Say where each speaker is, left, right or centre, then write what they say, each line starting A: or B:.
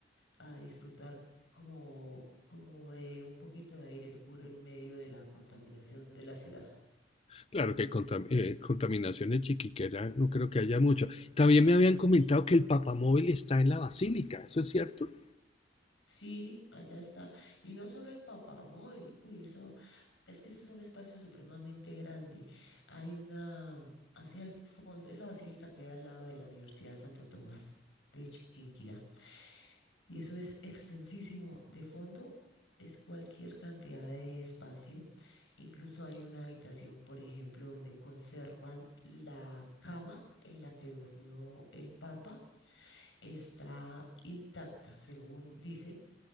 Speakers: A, on the left; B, on the left.
A: a disfrutar como, como de un poquito de aire puro en medio de la contaminación de la ciudad.
B: Claro que contam- eh, contaminación de Chiquiquera no creo que haya mucho. También me habían comentado que el papamóvil está en la basílica, ¿eso es cierto?
A: Sí, allá está. Y no solo el Papamóvil, uy, eso, es que eso es un espacio supremamente grande. Hay una, hacia el fondo, esa basílica queda al lado de la Universidad Santo Tomás de Chiquinquirá. Y eso es extensísimo. De fondo es cualquier cantidad de espacio. Incluso hay una habitación, por ejemplo, donde conservan la cama en la que durmió el Papa. Está intacta, según dicen